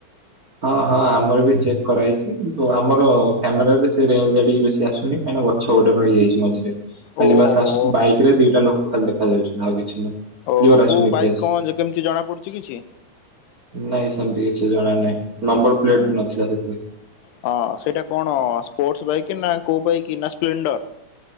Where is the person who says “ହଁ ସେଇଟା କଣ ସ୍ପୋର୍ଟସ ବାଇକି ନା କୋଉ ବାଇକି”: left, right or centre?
Left